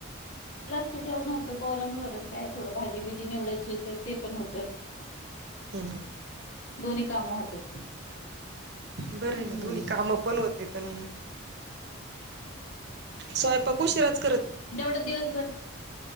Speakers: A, on the left; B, on the right.
A: लक्ष ठेव न होतं पोरांवर, काय थोडं भाजीबीजी निवडायची तर ते पण होतय.
B: <unintelligible>
A: दोन्ही काम होतात.
B: बरं
A: हम्म
B: ये ना दोन्ही काम पण होते. तन स्वयंपाक उशीराच
A: तेवढं दिवसभर,